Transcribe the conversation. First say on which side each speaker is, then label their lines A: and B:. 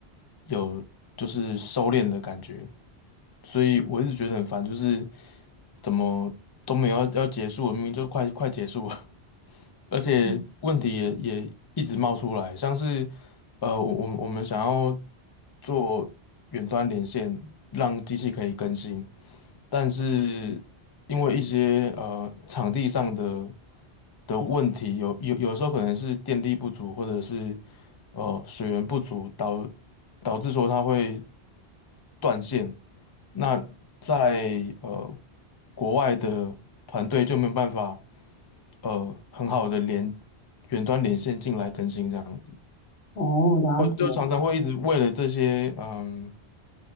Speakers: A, on the left; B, on the left.
A: 有就是收敛的感觉，所以我一直觉得很烦，就是。怎么都没有要要结束了明明就快快结束了，<laughs> 而且问题也也一直冒出来，
B: 嗯，
A: 像是呃，我我们我们想要做远端连线，让机器可以更新，但是因为一些呃场地上的的问题，有有有时候可能是电力不足，或者是呃水源不足，导导致说它会断线。那在呃国外的团队就没有办法呃很好的连远端连线进来更新这样子，
B: 哦，了解
A: 会就常常会一直为了这些嗯